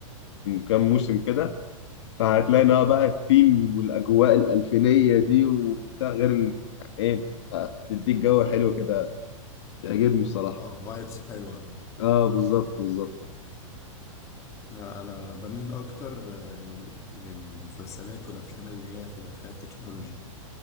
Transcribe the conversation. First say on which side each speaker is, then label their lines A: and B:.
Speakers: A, on the left; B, on the left.
A: كام موسم كده فهتلاقي إنها
B: اه
A: بقى الثيم والاجواء الالفينيه دي وبتاع غير ال... يعني ايه بتديك جو حلو كده بيعجبني بصراحه
B: اه فايبس حلوة
A: اه بالظبط بالظبط
B: انا أنا بميل اكتر آه، للمسلسلات والافلام اللي هي فيها فيها تكنولوجي